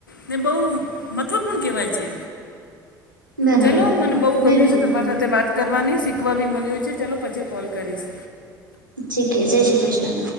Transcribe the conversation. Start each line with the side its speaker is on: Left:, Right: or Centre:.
Left: ને બઉ મતલબ પણ કેવાય છે.
Right: <inaudible> બરાબર
Left: ચાલો મને મને બઉ ગમ્યું
Right: બિલકુલ
Left: સે તમારી સાથે. વાત કરવાની શીખવા બી મલ્યુ છે. ચલો પછી કોલ કરીશ.
Right: ઠીકે જય શ્રી કૃષ્ણ.